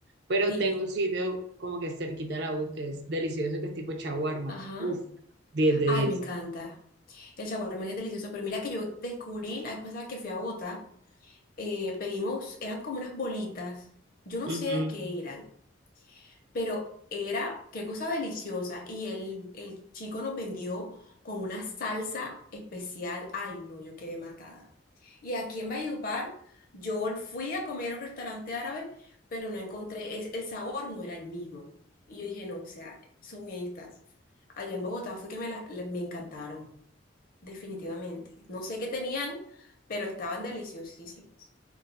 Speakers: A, on the right; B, on the left.
A: Pero
B: Sí.
A: tengo un sitio como que cerquita a la U que es delicioso, que es tipo shawarma.
B: Ajá.
A: Uf, 10 de
B: Ay,
A: 10.
B: me encanta. El shawarma es delicioso, pero mira que yo descubrí la vez pasada que fui a Bogotá. eh, pedimos, eran como unas bolitas, yo no sé
A: Ujú.
B: de qué eran, pero era qué cosa deliciosa. Y el, el chico nos vendió con una salsa especial. Ay, no, yo quedé matada. Y aquí en Valledupar, yo fui a comer a un restaurante árabe, pero no encontré, es, el sabor no era el mismo. Y yo dije, no, o sea, son estas. Allá en Bogotá fue que me, las me encantaron, definitivamente. No sé qué tenían, pero estaban deliciosísimas.